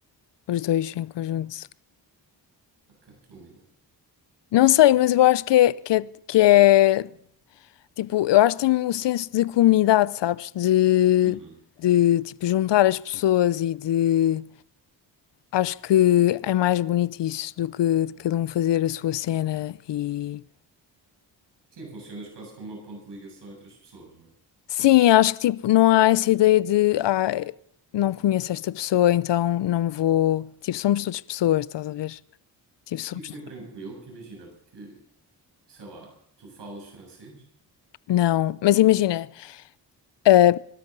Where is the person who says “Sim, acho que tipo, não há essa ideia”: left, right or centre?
Left